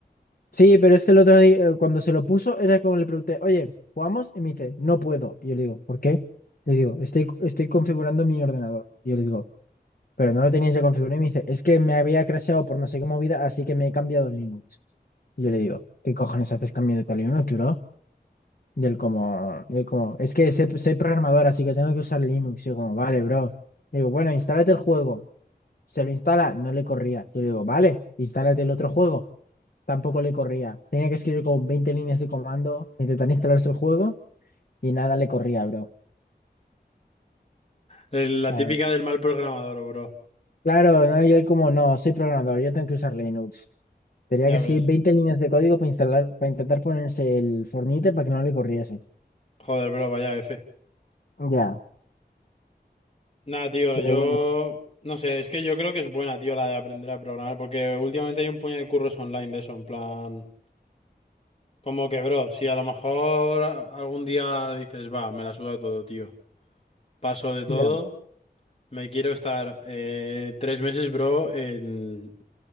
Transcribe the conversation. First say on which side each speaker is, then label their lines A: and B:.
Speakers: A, on the left (about 55°); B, on the left (about 35°).
A: Sí, pero es que el otro día, eh, cuando se lo puso, era como le pregunté, oye, ¿jugamos? Y me dice, no puedo. Y yo le digo, ¿por qué? Le digo, estoy, estoy configurando mi ordenador. Y yo le digo, pero no lo tenías ya configurado. Y me dice, es que me había crasheado por no sé qué movida, así que me he cambiado el Linux. Y yo le digo, ¿qué cojones haces cambiando tal Linux, bro? Y él como, y él como, es que sé- soy programador, así que tengo que usar Linux. Y yo como, vale, bro. Le digo, bueno, instálate el juego. Se lo instala, no le corría. Yo le digo, vale, instálate el otro juego. Tampoco le corría. Tenía que escribir como 20 líneas de comando, intentar instalarse el juego y nada le corría, bro.
B: El- La
A: La
B: típica
A: verdad.
B: del mal programador, bro.
A: Claro, ¿no? Y él como, no, soy programador, yo tengo que usar Linux. Tenía
B: Ya
A: que escribir
B: ves.
A: 20 líneas de código para instalar, para intentar ponerse el Fornite para que no le corriese.
B: Joder, bro, vaya F.
A: Ya,
B: Nada, tío,
A: pero
B: yo
A: bueno,
B: no sé, es que yo creo que es buena, tío, la de aprender a programar, porque últimamente hay un puñado de curros online de eso, en plan, como que, bro, si a lo mejor a- algún día dices, va, me la suda todo, tío, paso de todo,
A: ya.
B: me quiero estar eh, tres meses, bro, en